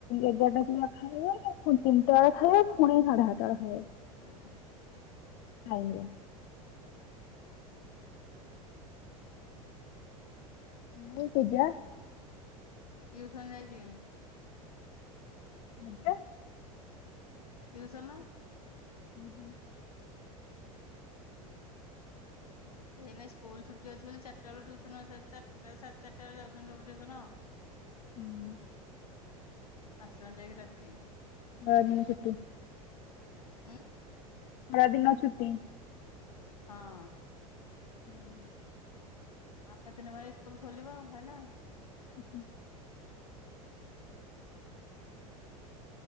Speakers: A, on the left; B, on the left.
A: ଏଗାରଟା ସୁଦ୍ଧା ଖାଇବ ପୁଣି ତିନିଟା ବେଳେ ଖାଇବ ପୁଣି ସାଢେ ଆରଟା ବେଳେ ଖାଇବ।
B: ହଁ।
A: ଆଜ୍ଞା। <unintelligible> ପୂଜା
B: ଟିଉସନ ଯାଇଛି
A: <unintelligible>
B: ଟୀଉସନ
A: <inaudible>
B: ଏଇ ନାଇଁ ସ୍କୁଲ ଛୁଟି ଅଛି ବୋଲି ଚାରଟା ବେଳ ଟୁସନ ଚାର୍ଟା ସାଢେ ଚାରଟ ବେଳେ ଯାଉଛନ୍ତି ସବୁ ଟୁସନ ଆଉ। <inaudible>
A: ହୁଁ।
B: ଆସନ୍ତ ଯାଇକି ରାତି
A: ପରଦିନ ଛୁଟି।
B: ଉଁ?
A: ଖରା ଦିନ ଛୁଟି।
B: ହଁ।
A: ହୁଁ।
B: ଆଉ କେତ ଦିନ ବଳେ ସ୍କୁଲ ଖୋଲିବ ସଇଲା।
A: ହ ହୁଁ।